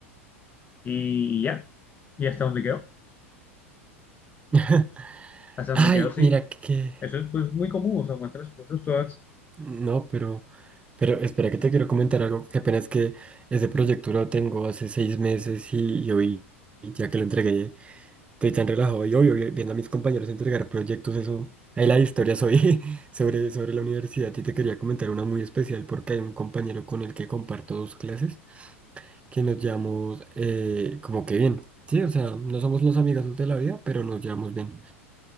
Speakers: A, on the left; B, on the right.
A: y, y ya, y hasta donde quedó,
B: <laughs>
A: hasta donde
B: Ay,
A: quedó sí.
B: mira que...
A: Eso es pues muy común, o sea, muestras cosas todas,
B: No, pero, pero espera que te quiero comentar algo, que apenas que ese proyecto lo tengo hace seis meses y, y hoy, y ya que lo entregué, estoy tan relajado y obvio, viendo a mis compañeros entregar proyectos, eso, ahí la historia soy <laughs> sobre, sobre la universidad y te quería comentar una muy especial porque hay un compañero con el que comparto dos clases que nos llamamos eh, como que bien, sí, o sea, no somos los amigos de la vida, pero nos llevamos bien.